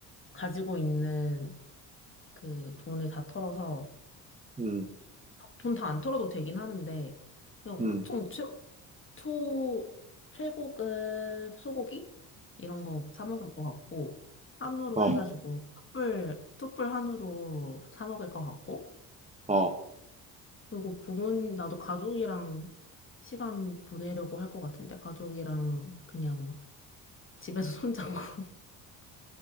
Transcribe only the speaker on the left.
가지고 있는 그 돈을 다 털어서
돈 다 안 털어도 되긴 하는데 그냥
엄청 최, 초 최고급 소고기 이런 거 사 먹을 것 같고 한우로
해가지고 툭불 툭불 한우로 사 먹을 것 같고
그리고 부모님, 나도 가족이랑 시간 보내려고 할 것 같은데, 가족이랑 그냥 집에서 손잡고. <laughs>